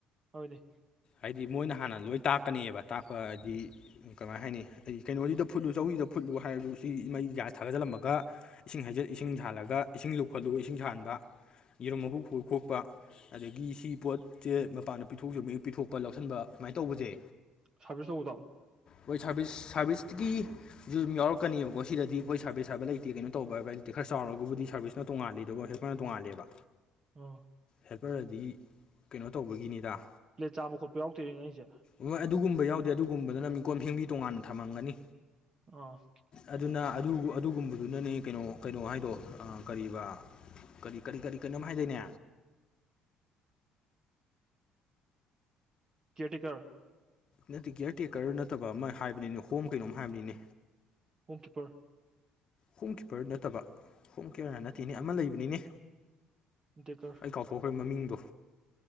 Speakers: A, on the right; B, on the left.
A: ꯍꯣꯏꯅꯦ
B: ꯍꯥꯏꯗꯤ ꯃꯣꯏꯅ ꯍꯥꯟꯅ ꯂꯣꯏ ꯇꯥꯛꯀꯅꯦꯕ ꯇꯥꯛꯄ ꯍꯥꯏꯗꯤ ꯀꯃꯥꯏꯅ ꯍꯥꯏꯅꯤ ꯑꯩ ꯀꯩꯅꯣꯁꯤꯗ ꯐꯨꯠꯂꯨ ꯆꯧꯁꯤꯗ ꯐꯨꯠꯂꯨ ꯍꯥꯏꯔꯗꯨ ꯁꯤ ꯃꯩ ꯒ꯭ꯌꯥꯁ ꯊꯥꯒꯖꯤꯜꯂꯝꯃꯒ ꯏꯁꯤꯡ ꯍꯩꯖꯤꯠ ꯏꯁꯤꯡ ꯁꯥꯍꯜꯂꯒ ꯏꯁꯤꯡ ꯂꯨꯈꯠꯂꯨꯒ ꯏꯁꯤꯡ ꯁꯥꯍꯟꯥꯟꯕ ꯌꯦꯔꯨꯝ ꯃꯨ ꯍꯨ ꯈꯣꯛꯄ ꯑꯗꯒꯤ ꯁꯤ ꯄꯣꯠꯁꯦ ꯃꯄꯥꯟꯗ ꯄꯤꯊꯣꯛꯆ ꯄꯤꯊꯣꯛꯄ ꯂꯧꯁꯤꯟꯕ ꯁꯨꯃꯥꯏꯅ ꯇꯧꯕꯁꯦ
A: ꯁꯥꯔꯚꯤꯁꯕꯤꯁ ꯇꯧꯕꯗꯣ
B: ꯑꯩꯈꯣꯏ ꯁꯔꯕꯤꯁ ꯁꯔꯕꯤꯁꯇꯒꯤ ꯑꯗꯨꯨ ꯑꯗꯨꯝ ꯌꯥꯎꯛꯀꯅꯦꯕꯀꯣ ꯁꯤꯗꯤ ꯑꯩ ꯍꯣꯏ ꯁꯥꯔꯚꯤꯁ ꯍꯥꯏꯕ ꯂꯩꯇꯦ ꯀꯩꯅꯣ ꯇꯧꯕ ꯍꯥꯏꯕ ꯂꯩꯇꯦ ꯈꯔ ꯆꯥꯎꯔꯒꯕꯨꯗꯤ ꯁꯥꯔꯚꯤꯁꯁꯅ ꯇꯣꯉꯥꯜꯂꯤꯗꯀꯣ ꯈꯣꯏꯅ ꯇꯣꯡꯉꯥꯜꯂꯦꯕ
A: ꯑꯣ
B: ꯍꯦꯄꯔ ꯍꯥꯏꯗꯤ ꯀꯩꯅꯣ ꯇꯧꯕꯒꯤꯅꯤꯗ
A: ꯄ꯭ꯂꯦꯠ ꯆꯥꯃ ꯈꯣꯠꯄ ꯌꯥꯎꯗꯣꯏꯔꯤꯅꯦ ꯑꯩꯁꯦ
B: ꯍꯣꯏ ꯑꯗꯨꯒꯨꯝꯕ ꯌꯥꯎꯗꯦ ꯑꯗꯨꯒꯨꯝꯕꯗꯅ ꯃꯤꯀꯣꯟ ꯐꯦꯡꯕꯤ ꯇꯣꯉꯥꯟꯅ ꯊꯝꯃꯝꯒꯅꯤ
A: ꯑ
B: ꯑꯗꯨꯅ ꯑꯗꯨꯒꯨꯝꯕꯗꯨꯅꯅꯦ ꯀꯩꯅꯣ ꯀꯩꯅꯣ ꯍꯥꯏꯗꯣ ꯀꯔꯤꯕ ꯀꯔꯤ ꯀꯔꯤ ꯀꯔꯤ ꯀꯩꯅꯣꯝ ꯍꯥꯏꯗꯣꯏꯅꯦ
A: ꯀꯦꯌꯥꯔ ꯇꯦꯀꯔ
B: ꯅꯠꯇꯦ ꯀꯤꯌꯔ ꯇꯦꯀꯔ ꯅꯠꯇꯕ ꯑꯃ ꯍꯥꯏꯕꯅꯤꯅꯦ ꯍꯣꯝ ꯀꯩꯅꯣꯝ ꯍꯥꯏꯕꯅꯤꯅꯦ
A: ꯍꯣꯝ ꯀꯤꯄꯔ
B: ꯍꯣꯝ ꯀꯤꯞꯄꯔ ꯅꯠꯇꯕ ꯍꯣꯝ ꯀꯦꯌꯥ ꯅꯠꯇꯦꯅꯦ ꯑꯃ ꯂꯩꯕꯅꯤꯅꯦ
A: ꯑꯗꯨꯒꯀꯣ
B: ꯑꯩ ꯀꯥꯎꯊꯣꯛꯈ꯭ꯔꯦ ꯃꯃꯤꯡꯗꯣ